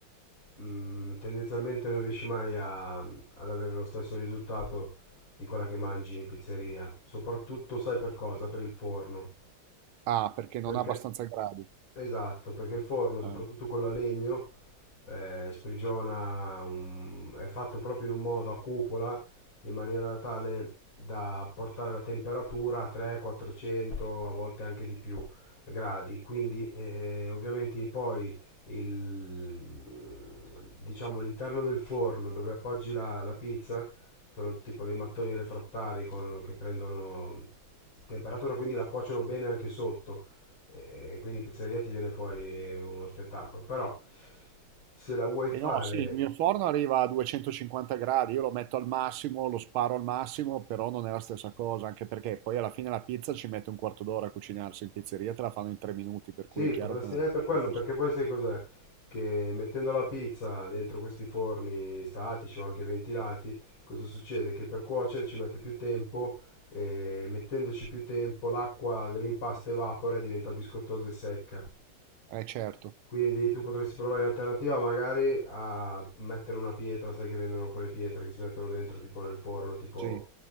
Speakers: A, on the left; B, on the right.
A: mh, tendenzialmente non riesci mai a- ad avere lo stesso risultato di quella che mangi in pizzeria. Soprattutto, sai per cosa? Per il forno.
B: Ah, perché
A: Perché?
B: non ha abbastanza gradi.
A: Esatto, perché il forno, soprattutto
B: Ah.
A: quello a legno, eh, sprigiona, un- è fatto proprio in un modo a cupola in maniera tale da portare la temperatura a 300-400, a volte anche di più gradi. Quindi eh, ovviamente poi il, diciamo, l'interno del forno dove appoggi la, la pizza sono tipo dei mattoni refrattari con- che prendono temperatura, quindi la cuociono bene anche sotto e quindi pizzeria ti viene fuori uno spettacolo. Però se la vuoi
B: E
A: fare,
B: no, sì, il mio forno arriva a 250 gradi, io lo metto al massimo, lo sparo al massimo, però non è la stessa cosa, anche perché poi alla fine la pizza ci mette un quarto d'ora a cucinarsi, in pizzeria te la fanno in tre minuti, per
A: sì,
B: cui è chiaro
A: potresti,
B: che è una
A: eh,
B: differenza.
A: per quello, perché
B: c'è.
A: poi sai cos'è? Che mettendo la pizza dentro questi forni statici o anche ventilati, cosa succede? Che per cuocere ci mette più tempo e mettendoci più tempo l'acqua dell'impasto evapora e diventa biscottosa e secca.
B: Eh certo,
A: Quindi tu potresti provare in alternativa magari a mettere una pietra, sai che vendono quelle pietre che si mettono dentro tipo nel forno, tipo
B: sì.